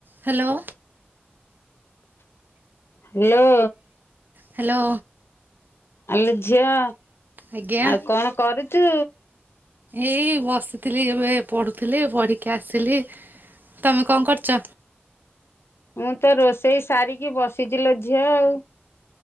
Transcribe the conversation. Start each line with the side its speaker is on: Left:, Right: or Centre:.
Right: ହ୍ୟାଲୋ।
Left: ହ୍ୟାଲୋ
Right: ହ୍ୟାଲୋ
Left: ଆଲୋ ଝିଅ
Right: ଆଜ୍ଞା
Left: ଆଉ କଣ କରୁଚୁ?
Right: ଏଇ ବସିଥିଲି ଏବେ ପଢୁଥିଲି ପଢିକି ଆସିଲି। ତମେ କଣ କରୁଛ?
Left: ମୁଁ ତ ରୋଷେଇ ସାରିକି ବସିଛି ବସିଛି ଝିଅ ଆଉ।